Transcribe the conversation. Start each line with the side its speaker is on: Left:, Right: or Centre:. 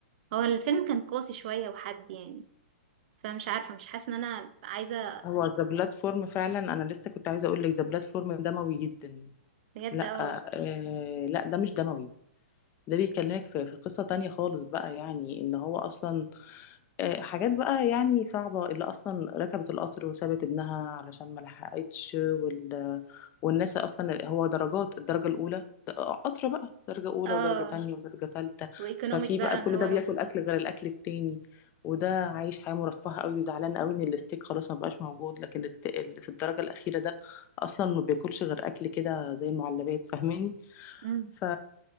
Right: هو الفيلم كان قاسي شوية وحد يعني فمش عارفة مش حاسة إن أنا عايزة
Left: هو ذا بلاتفورم فعلا انا لسه كنت عايزة اقول لك ذا بلاتفورم دموي جدا
Right: بجد
Left: لا
Right: اه
Left: آه لا ده مش دموي ده بيكلمك في في قصة تانية خالص بقى يعني ان هو اصلا آه، حاجات بقى يعني صعبة اللي أصلا ركبت القطر وسابت ابنها علشان ما لحقتش وال... والناس أصلا هو درجات الدرجة الأولى د- آه، قطر بقى درجة أولى
Right: اه
Left: ودرجة تانية ودرجة تالتة
Right: وإيكونوميك
Left: ففي
Right: بقى
Left: بقى كل
Right: من ورا
Left: ده بياكل أكل غير الأكل التاني وده عايش حياة مرفهة قوي وزعلان قوي إن الستيك خلاص ما بقاش موجود لكن الت... اللي في الدرجة الأخيرة ده أصلا ما بياكلش غير أكل كده زي المعلبات فاهماني
Right: مم.
Left: ف